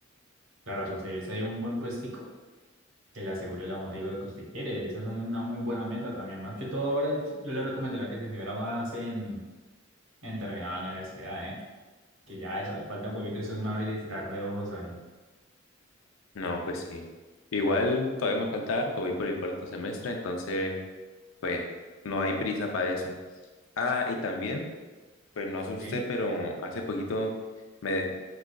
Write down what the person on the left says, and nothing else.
No, pues sí. Igual todavía me falta harto, voy por el cuarto semestre, entonces, pues no hay prisa para eso. Ah, y también, pues no sé usted,
pero hace poquito me,